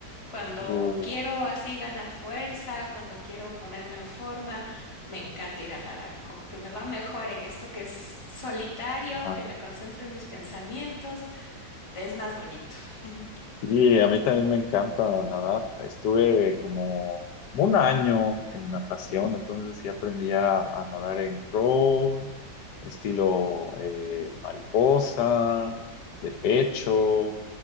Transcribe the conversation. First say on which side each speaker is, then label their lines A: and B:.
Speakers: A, on the left; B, on the left.
A: Cuando
B: Uh,
A: quiero así ganar fuerza, cuando quiero ponerme en forma, me encanta ir a nadar. Como que me va mejor en esto que es solitario,
B: ajá.
A: que me concentro en mis pensamientos, es más bonito. <laughs>
B: Sí, a mí también me encanta nadar. Estuve como un año en natación, entonces sí aprendí a, a nadar en pro, estilo eh, mariposa, de pecho,